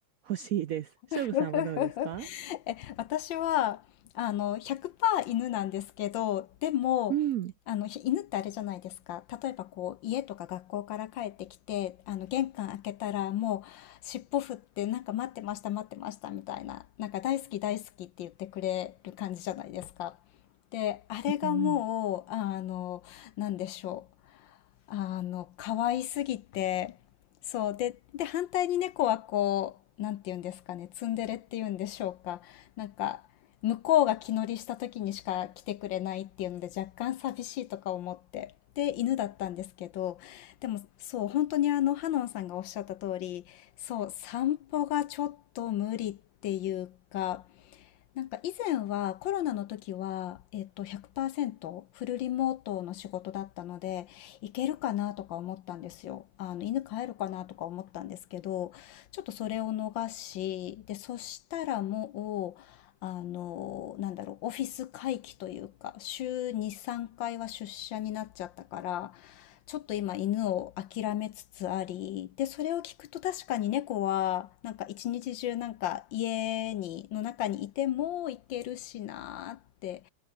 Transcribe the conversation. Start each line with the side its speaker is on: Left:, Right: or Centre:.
Right: 欲しいです。しょうごさんはどうですか
Left: <laughs> え、私は、あの、100%犬なんですけど、でも、
Right: うん。
Left: あの、ひ犬ってあれじゃないですか。例えばこう、家とか学校から帰ってきて、あの、玄関開けたらもう、尻尾振って、なんか待ってました、待ってました、みたいな、なんか大好き、大好きって言ってくれる感じじゃないですか。で、あれがもう、
Right: うんうん。
Left: あの、なんでしょう。あの、可愛すぎて、そう。で、で、反対に猫はこう、なんて言うんですかね、ツンデレって言うんでしょうか。なんか、向こうが気乗りした時にしか来てくれないっていうので、若干寂しいとか思って。で、犬だったんですけど、でも、そう、本当にあの、ハノンさんがおっしゃった通り、そう、散歩がちょっと無理っていうか、なんか以前はコロナの時は、えっと、100%フルリモートの仕事だったので、行けるかなとか思ったんですよ。あの、犬飼えるかなとか思ったんですけど、ちょっとそれを逃し、で、そしたらもう、あの、なんだろう、オフィス回帰というか、週2、3回は出社になっちゃったから、ちょっと今犬を諦めつつあり、で、それを聞くと確かに猫は、なんか一日中なんか家に、の中にいても行けるしなーって、